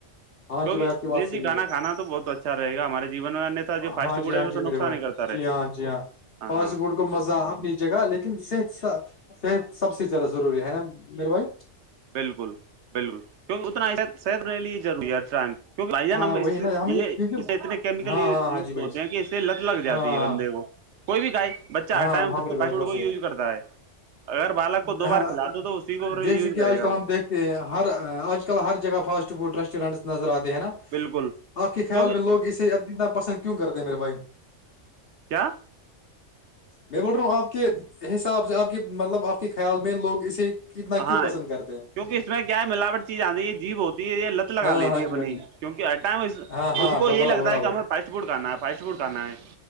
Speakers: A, on the left; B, on the right.
A: ہاں
B: کیکہ
A: جی بھائی آپ کی بات
B: دش
A: صحیح
B: جی گانا
A: ہے
B: کانا تو بہت اچھا رہے گ ہمارے جیو میں نت تھا جو
A: ہاں
B: فاسٹ
A: جی
B: فوڈ
A: ہاں
B: ہے وہ تو
A: جی میرے
B: نقصان
A: بھائی
B: ہی کرتا
A: جی ہاں جی ہاں
B: ہ
A: فاسٹ
B: ہاں
A: فوڈ کو مزہ اپنی جگہ لیکن صحت صحت سب سے زیادہ ضروری ہے نا میرے بھائی
B: بالکل بالکل کیکہ اتنا صحت منے لیے روری ہے ہر ٹائم کیک آان
A: ہاں وہی نا ہمیں
B: یہ
A: کیونکہ
B: اسے اتنے کیمیکل
A: ہاں ہاں ہاں جی بھائی
B: ہوتے ہیں کہ لت لگ جاتی
A: ہاں ہاں
B: ہے بندے کو کوئی بھی کاائے بچہ
A: ہاں
B: ہر ٹائم
A: ہاں میرے
B: تو
A: بھائی کے پاس
B: کو یوز کرتا ہے اگر بالک
A: یہ
B: کو دو بار کھلا دو تو اسی کو
A: جیسے
B: یوز
A: کہ
B: کرے
A: آج
B: گا
A: کل
B: وہ
A: ہم دیکھتے ہر آج کل ہر جگہ فاسٹ فوڈ ریسٹورینٹس نظر آتے ہیں نا
B: بالکل
A: آپ کے خیال
B: کیونکہ
A: میں لوگ اسے اتنا پسند کیوں کرتے ہیں میرے بھائی
B: کیا
A: میں بول رہا ہوں آپ کے حساب سے آپ کے مطلب آپ کے خیال میں لوگ اسے کتنا کیوں
B: ہاں
A: پسند کرتے ہیں
B: کیونکہ اس میں کیا ملاوٹ چیز آتی ہے جیب ہوتی ہے یہ لت لگا
A: ہاں
B: لیتی
A: ہاں
B: ہے اپنی
A: جی ہاں جی
B: کیونکہ ہر ٹائم اس
A: ہاں ہاں
B: کو
A: ب-
B: یہی
A: برابر
B: لگتا
A: برابر
B: ہے کہ ہمیں فاسٹ فوڈ کھانا ہے فاسٹ فوڈ کھانا ہے